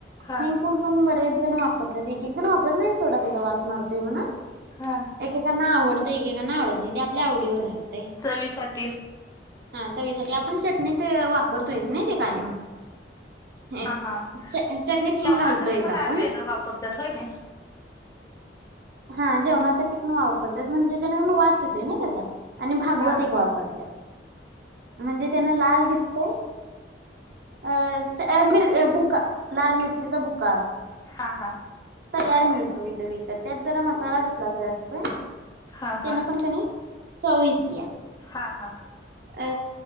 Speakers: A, on the left (about 20°); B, on the right (about 55°).
A: हा
B: हिंगपुड पण बरेच जण वापरतात, एक-एक जण वापरत नही, सोडा ते वास मारतोय म्हणून.
A: हां.
B: एक एकांना आवडत, एककांना आवडत नही, ते आपल्या आवडीवर राहतय.
A: चवीसाठी
B: हां चवीसाठी, आपण चटणीत वापरतोयच ना, ते कायम. हे
A: हां हां
B: चटणीत हिंग
A: जेवणासाठी
B: घालतोयच
A: पण
B: आपण
A: काय वेगळं वापरत्यात होय ना?
B: हां जेवणासाठी पण वापरत्यात, म्हणजे जेनुअन वास येतोय ना त्याचा. आणि भागवत
A: हा
B: एक
A: हा
B: वापरत्यात, म्हणजे त्यांन लाल दिस <unintelligible> अ च मिर अ बुक्का, लाल मिरचीचा बुक्का असत.
A: हां हां.
B: तयार मिळतो इथं विकत, त्यात जरा मसाला कसला तरी असतोय. त्यांन
A: हा हा
B: पण कनी, चव येतीया.
A: हां हां.
B: अ